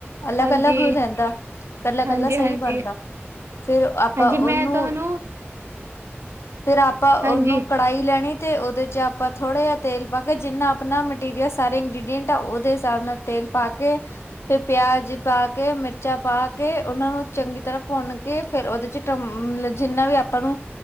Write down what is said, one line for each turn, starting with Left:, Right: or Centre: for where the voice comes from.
Left: ਅਲੱਗ-ਅਲੱਗ
Right: ਹਾਂਜੀ
Left: ਰਹਿੰਦਾ ਇਕੱਲਾ-ਇਕੱਲਾ
Right: ਹਾਂਜੀ ਹਾਂਜੀ
Left: ਸਹੀ ਬਣਦਾ। ਫੇਰ ਆਪਾਂ
Right: ਹਾਂਜੀ
Left: ਉਹਨੂੰ।
Right: ਮੈਂ ਤੁਹਾਨੂੰ
Left: ਫੇਰ ਆਪਾਂ
Right: ਹਾਂਜੀ
Left: ਉਨੂੰ ਕੜਾਈ ਲੈਣੀ। ਤੇ ਉਦੇ 'ਚ ਆਪਾਂ ਥੋੜਾ ਜਿਆ ਤੇਲ ਪਾ ਕੇ ਜਿੰਨਾ ਆਪਣਾ ਮਟੀਰੀਅਲ- ਸਾਰੇ ਇੰਗਰੀਡੀਅਂਟ ਆ ਓਦੇ ਸਾਬ ਨਾਲ ਤੇਲ ਪਾ ਕੇ। ਤੇ ਪਿਆਜ ਪਾ ਕੇ ਮਿਰਚਾਂ ਪਾ ਕੇ ਉਨਾਂ ਨੂੰ ਚੰਗੀ ਤਰ੍ਹਾਂ ਭੁੰਨ ਕੇ- ਫਿਰ ਉਦੇ 'ਚ ਟਮ ਜਿੰਨਾ ਵੀ ਆਪਾਂ ਨੂੰ